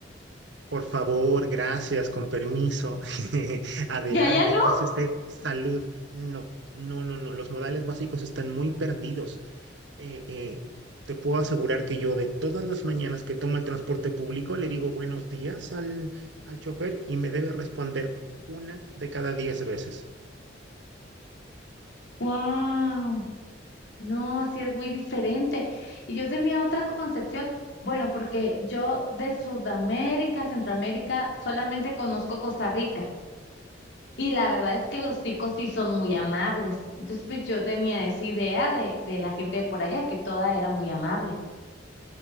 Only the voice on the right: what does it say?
Por favor, gracias, con permiso, <laughs> adelante,
pase usted, salud. No, no, no, no, los modales básicos están muy perdidos. eh, eh, te puedo asegurar que yo de todas las mañanas que tomo el transporte público le digo buenos días al, al chofer y me debe responder una de cada diez veces.